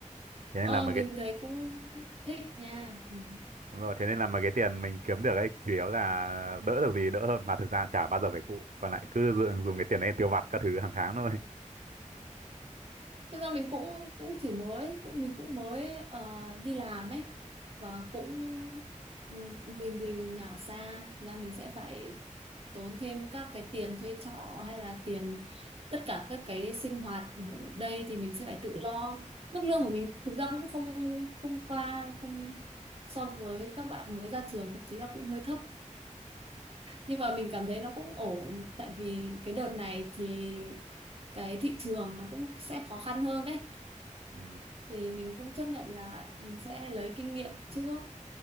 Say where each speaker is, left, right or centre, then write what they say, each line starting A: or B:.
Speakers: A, on the right; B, on the right.
A: thế nên
B: ờ
A: là mấy cái
B: mình thấy cũng thích nha ừ.
A: đúng rồi thế nên là mấy cái tiền mình kiếm được ấy chủ yếu là đỡ được gì đỡ hơn mà thực ra chả bao giờ phải phụ còn lại cứ dùng dùng cái tiền đấy tiêu vặt các thứ hàng tháng thôi
B: thực ra mình cũng cũng chỉ mới cũng mình cũng mới ờ, đi làm ấy và cũng ừ, mình thì nhà xa thực ra mình sẽ phải tốn thêm các cái tiền thuê trọ hay là tiền tất cả các cái sinh hoạt ở đây thì mình sẽ phải tự lo mức lương của mình thực ra cũng không không qua không so với các bạn mới ra trường thậm chí là cũng hơi thấp nhưng mà mình cảm thấy nó cũng ổn tại vì cái đợt này thì cái thị trường nó cũng sẽ khó khăn hơn đấy
A: ừ.
B: thì mình cũng chấp nhận là mình sẽ lấy kinh nghiệm trước